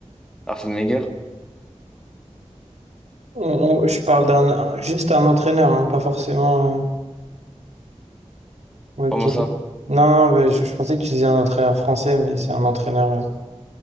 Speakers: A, in the centre; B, on the right.
A: Arsène Wenger.
B: On- on- je parle d'un un- juste un entraîneur, hein, pas forcément. euh,
A: Comment
B: ok.
A: ça?
B: Non, non, bah, je, je pensais que tu disais un entraîneur français, mais c'est un entraîneur. euh.